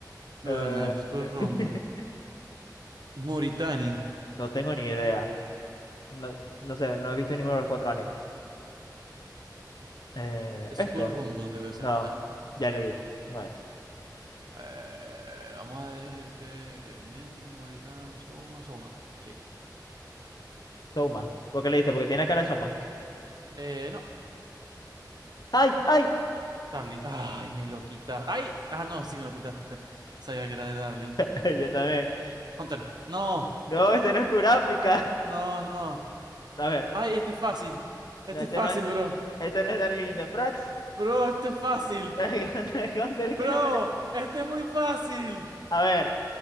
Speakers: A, on the right (about 65°); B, on the left (about 65°).
A: Luganar,
B: Eh,
A: Skull Rumble.
B: <laughs>
A: Mauritani.
B: no tengo ni idea. No, no sé, no he visto ninguno de los cuatro animes. Eh, este,
A: Skull Rumble debe
B: no,
A: ser. Nah.
B: ya le di. No es.
A: Eh, vamos a decir que. Me, Mauritán, Soma, Soma. Sí,
B: Soma. ¿Por qué le diste?
A: sí.
B: Porque tiene cara de Soma.
A: Eh, no,
B: ¡Ay, ay!
A: Darling. Ay, me lo quitaste. Ay, ah, no, sí me lo quitaste. Sabía que era de Darling.
B: <laughs> Yo también.
A: Hunter. No,
B: No, ese no es Kurapika.
A: no, no.
B: <laughs> A ver,
A: Ay, este es fácil. Este
B: no, este
A: es fácil,
B: no es,
A: bro.
B: este no es Darling in the Franxx.
A: Bro, este es fácil.
B: Dragon <laughs> Dragon Ball, es que
A: Bro,
B: no me...
A: este es muy fácil.
B: A ver,